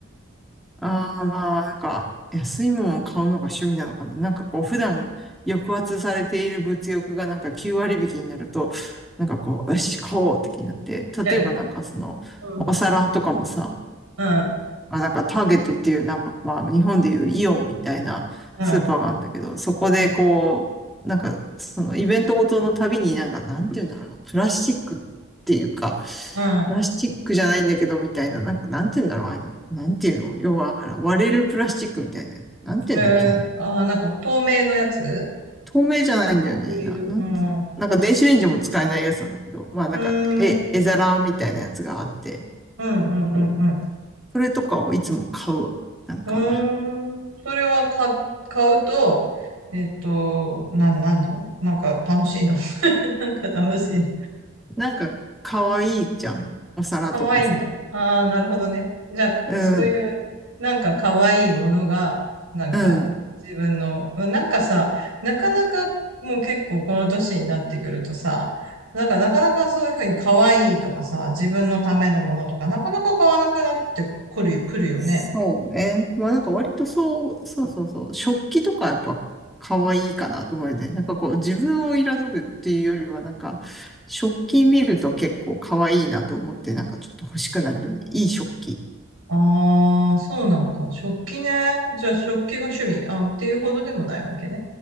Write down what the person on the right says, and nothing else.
いやいや。
うん。
うん。
うん。
うん。
うん
えー、
あー、なんか透明のやつ
アクリル。
うん。う
ーん。うん。
うん。うん
うん。うーん。それは買、買うと、えっと、な、なんだなんか楽しいの <laughs> なんか楽しいの
可愛いんだ。ああ、なるほどね。じゃあ、
そういう、なんか可愛いものが、なんか自分の、
まあなんかさ、なかなかもう結構この年になってくるとさ、なんかなかなかそういうふうに可愛いとかさ、自分のためのものとか、なかなか買わなくなってくる、くるよね。
ああ、そうなんだ。食器ね。じゃあ食器が趣味、あ、っていうほどでもないわけね。